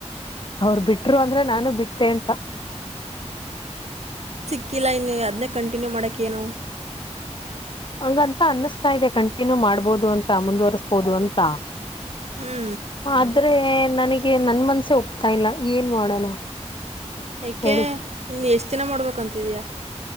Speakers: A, on the left; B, on the right.
A: ಅವರು ಬಿಟ್ರು ಅಂದ್ರೆ ನಾನು ಬಿಟ್ಟೆ ಅಂತ
B: ಹಾಕ್ಕಿಲ್ಲ ಇನ್ನು ಅದನ್ನೇ ಕಂಟಿನ್ಯೂ ಮಾಡಕ್ಕ ಏನು
A: ಹಂಗಂತ ಅನಿಸ್ತಾ ಇದೆ ಕಂಟಿನ್ಯೂ ಮಾಡ್ಬೋದು ಅಂತ ಮುಂದುವರ್ಸ್ಬೋದು ಅಂತ
B: ಹ್ಞೂ
A: ಆದ್ರೆ ನನಗೆ ನನ್ ಮನ್ಸೆ ಒಪ್ಟೆಲ್ಲಾ ಇಲ್ಲ ಏನ್ ಮಾಡೋಣ
B: ಏಕೆ
A: ಹೇಳಿ
B: ಇ ಎಷ್ಟ ಯಚನ ಮಾಡ್ಬೇಕಂತಿದೀಯಾ